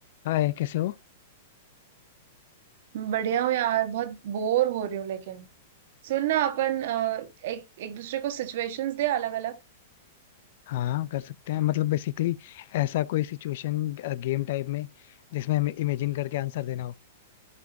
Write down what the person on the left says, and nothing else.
हाँ ये कैसे हो
हाँ कर सकते हैं मतलब बेसिकली ऐसा कोई सिचुएशन गेम टाइप में जिसमें हमें इमेजिन करके आंसर देना हो